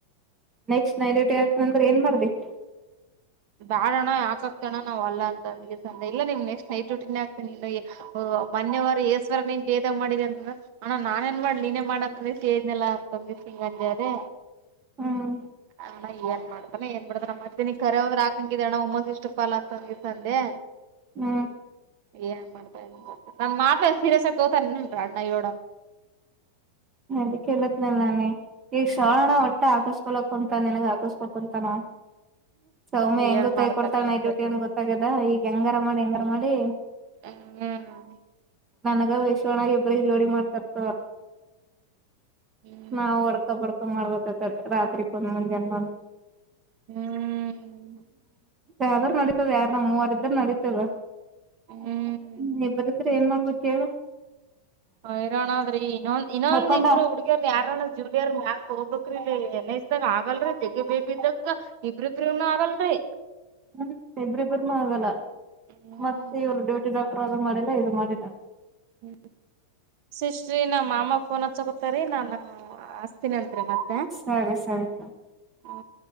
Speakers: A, on the right; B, on the right.
A: ನೆಕ್ಸ್ಟ್ ನೈಟ್ ಡ್ಯೂಟಿಹಾಕತೇನಂದ್ರ ಏನ ಮಾಡಬೇಕ.
B: ಬ್ಯಾಡ ಅಣ್ಣಾ ಯಾಕ ಹಾಕ್ತಿಣ್ಣಾ ನಾವಲ್ಲಾ ಅಂತ ಅಂದಗೆಸ ಇಲ್ಲ ನಿಮ್ಮ ನೆಕ್ಸ್ಟ್ ನೈಟ್ ದೂಟಿನ ಆಗ್ತನಿ ಇಲ್ಲಾ. ಓ ಮನ್ಯವಾರ ಯಸ್ವರಾ ನಿನ್ ಡೆಟಾ ಮಾಡಿದಿ ಅಂದ್ರ. ಅಣ್ಣಾ ನಾನಏನ ಮಾಡ್ಲಿ ನೀನೇ ಮಾಡಂತೇಳಿ ಕೇಳಿದ್ನಲ್ಲ ಮುಂದಿನ ತಿಂಗಳ ಅಂಜದೆ
A: ಹ್ಮ್
B: ಅಂದಾಗ ಏನ್ ಮಾಡ್ತಾನ ಏನ್ ಬಿಡ್ತಾನ ಮತ್ತಿನ ಕರವಂದ್ರ ನಿಮ್ಮಗಿದಣ್ಣಾ ಉಮ್ಮಸ್ ಇಷ್ಟುಫಾಲ ಅಂತಂದೆ.
A: ಹು
B: ಏನ್ ಮಾಡತ್ತಾನೇನ ನನ್ನ ಮಾತಏನ ಸಿರಿಸ್ಆಗಿ ತೊತಾನೇನ ಅಣ್ಣಾ ಹೇಳು.
A: ಅದಕ್ಕೆ ಇರ್ಬೇಕ ನನಗ ಈಗ ಶ್ರಾವಣ ಒಟ್ಟ ಹಾಕಸ್ಕೊಲಾಕುಂತಾನ ನಿನಗ ಹಾಕೋಸ್ಕಂಕುಂತಾನ ಅವಾ ಸೌಮ್ಯ ಹೆಂಗು
B: ಏನ್
A: ಕೈ
B: ಮಾಡ್ತಾನೆ
A: ಕೊಡ್ತಳಾ
B: ಏನ್ರಿ
A: ನೈಟ್ ಡ್ಯೂಟಿ ಅನ್ ಗೊತ್ತ ತ್ತಗದ ಈಗ ಹೆಂಗಾರ ಮಾಡಿ ಹೆಂಗಾರ ಮಾಡಿ.
B: ಹ್ಮ್
A: ನನಗ ವೈಶುಣ್ಣಾಗ ಇಬ್ರಗು ಜೋಡಿ ಮಾಡತ್ತಾರ ತೊ ಅವರ
B: ಹು
A: ನಾವ ಹೊಡ್ಕ ಬಡ್ಕೊ ಮಾಡ್ಬೇಕಕ್ಕೆತಿ ರಾತ್ರಿಕ ಒಂದ ಮುಂಜಾನ ಬಂದ.
B: ಹ್ಮ್
A: ಯಾದರ ನಡಿತದ ಯಾರ ನಮ್ಮ ಮೂವಾರ ಇದ್ರ ನಡೀತದ.
B: ಹ್ಮ್
A: ಹು ಇಬ್ಬರಿದ್ರ ಏನ್ ಮಾಡ್ಬೇಕ ಹೇಳ.
B: ಹೈರಾನಾದ್ರ ಇನ್ನೊಂದ ಇನ್ನೋದಿಬ್ಬರ
A: ಮಕೊಂಡ
B: ಹುಡುಗ್ಯಾರ ಯಾರರ. ಜೂನಿಯರ್ ಯ್ಯಾಕ ತಗೊಬೇಕ್ರಿ ಇಲ್ಲಿ ಏನಿಸ್ದಾಗ ಆಗಲ್ರೀ ಜಗ್ಗಿ ಬೇಬಿದ್ದಾಗ. ಇಬ್ರು ಇಬ್ಬರುನು ಆಗಲ್ರಿ
A: ಹು ಇಬ್ಬರ ಇಬ್ಬರುನು ಆಗಲ್ಲ
B: ಹ್ಮ್
A: ಮತ್ತೆ ಇವ್ರ ಡ್ಯೂಟಿ ಡಾಕ್ಟರ್ ಅದು ಮಾಡಿಲ್ಲ ಇದು ಮಾಡಿಲ್ಲಾ.
B: ಹು ಸಿಸ್ಟ್ರಿ ನಮ್ಮ ಮಾಮ ಫೋನ್ ಹಚ್ಚಕೊತಾರೀ ನಾನು ಹಸ್ತೀನಿ ಅಂತ್ರಿ ಮತ್ತ.
A: ಸರಿ ಸರಿ ತೋರಿ
B: ಹು